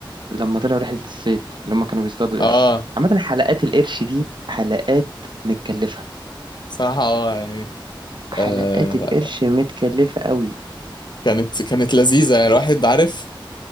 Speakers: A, on the right (about 60°); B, on the left (about 55°).
A: لما طلعوا رحله الصيد اللي هم كانوا بيصطادوا
B: <laughs>
A: القرش
B: اه
A: عامه حلقات القرش دي حلقات متكلفه
B: صراحه اه يعني
A: حلقات
B: آه
A: القرش متكلفه قوي
B: كانت كانت لذيذه يعني الواحد عارف